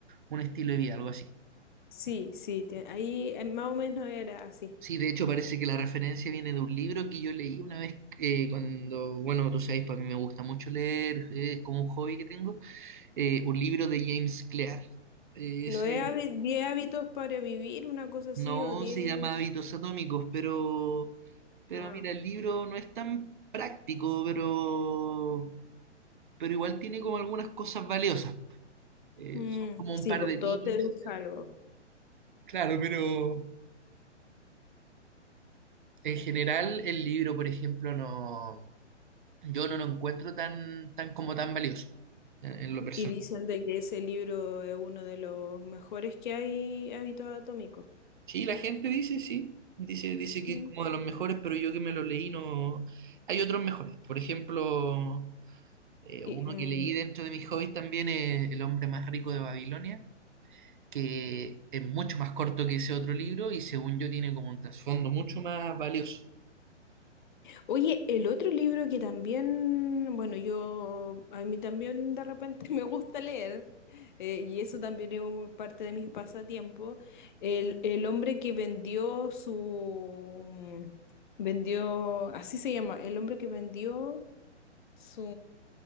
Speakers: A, on the right (about 45°); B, on the left (about 40°).
A: un estilo de vida, algo así.
B: Sí, sí, te- ahí eh, más o menos era así.
A: Sí, de hecho parece que la referencia viene de un libro que yo leí una vez eh, cuando, bueno, tú sabes, para mí me gusta mucho leer, eh, es como un hobby que tengo, eh, un libro de James Clear. Eh,
B: No
A: ese
B: es hábi- 10 hábitos para vivir, una cosa así,
A: no
B: o diez
A: se llama Hábitos Atómicos, pero, pero
B: Ah,
A: mira, el libro no es tan práctico, pero pero igual tiene como algunas cosas valiosas. Eh,
B: mm,
A: son como
B: sí,
A: un par
B: pues
A: de
B: todos
A: tips.
B: tenemos algo.
A: Claro, pero en general el libro, por ejemplo, no, yo no lo encuentro tan, tan como tan valioso en, en lo personal.
B: Y dicen de que ese libro es uno de los mejores que hay, hábitos atómicos.
A: Sí, la gente dice, sí, dice, dice que
B: Mm.
A: es como de los mejores, pero yo que me lo leí no... Hay otros mejores. Por ejemplo, eh,
B: Y,
A: uno
B: mm,
A: que leí dentro de mis hobbies también es El hombre más rico de Babilonia, que es mucho más corto que ese otro libro y según yo tiene como un trasfondo mucho más valioso.
B: Oye, el otro libro que también, bueno, yo, a mí también de repente <laughs> me gusta leer, eh, y eso también es un- parte de mis pasatiempos, el, el hombre que vendió su, vendió, así se llama, el hombre que vendió su,